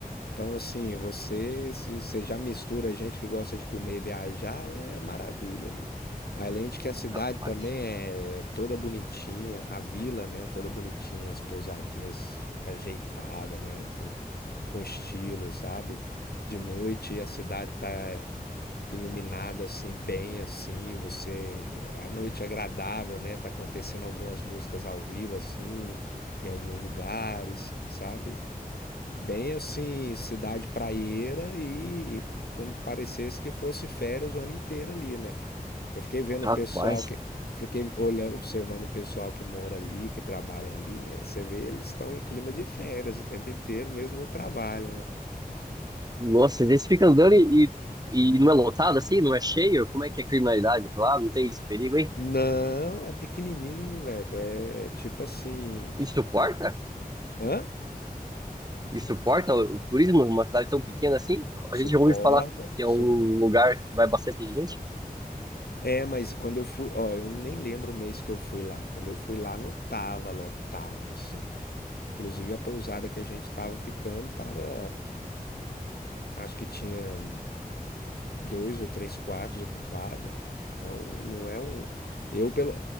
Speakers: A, on the left (about 85°); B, on the right (about 25°).
A: Então, assim, você, se você já mistura gente que gosta de comer e viajar, é maravilha ali. Além de que a cidade
B: rapaz,
A: também é toda bonitinha, a vila, né, toda bonitinha, as pousadinhas ajeitadas, né, com, com estilo, sabe? De noite a cidade tá iluminada assim, bem assim, você, a noite é agradável, né? Tá acontecendo algumas músicas ao vivo assim, em alguns lugares, sabe? Bem assim, cidade praieira e como parecesse que fosse férias o ano inteiro ali, né? Eu fiquei vendo
B: rapaz.
A: o pessoal que, fiquei olhando, observando o pessoal que mora ali, que trabalha ali, né? Você vê, eles estão em clima de férias o tempo inteiro, mesmo no trabalho, né?
B: Nossa, eles ficam andando e, e, e não é lotado assim, não é cheio? Como é que é a criminalidade lá? Não tem esse perigo, hein?
A: Não, é pequenininho, velho. É tipo assim,
B: E suporta?
A: hã?
B: E suporta o o turismo numa cidade tão pequena assim?
A: Suporta,
B: A gente já ouviu falar que é
A: su-
B: um lugar que vai bastante gente.
A: é, mas quando eu fui, ó, eu nem lembro o mês que eu fui lá. Quando eu fui lá, não tava lotado, assim. Inclusive a pousada que a gente tava ficando tava, acho que tinha dois ou três quartos ocupados. Então não é um, eu pelo